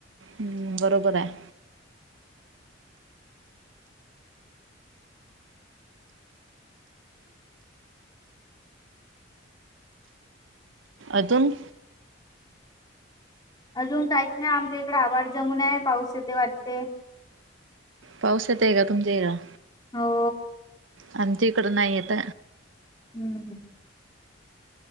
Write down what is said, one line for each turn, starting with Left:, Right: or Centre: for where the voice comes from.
Right: हम्म बरोबर आहे. अजून?
Left: अजून काहीच नाही. आमच्या इकडे आभड जमून आहे पाऊस येते वाटते.
Right: पाऊस येतंय का तुमच्या इकडं?
Left: हो.
Right: आमच्या इकडं नाही येत.
Left: हम्म हम्म.